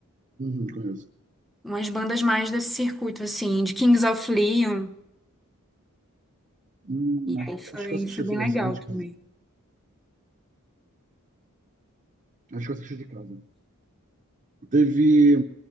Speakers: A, on the right (about 35°); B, in the centre.
A: Uhum, conheço.
B: umas bandas mais desse circuito, assim, de Kings of Leon.
A: Hum,
B: E
A: acho,
B: aí foi,
A: acho que eu assisti
B: foi
A: essa
B: bem
A: versão
B: legal
A: de
B: também.
A: casa. Acho que eu assisti de casa. Teve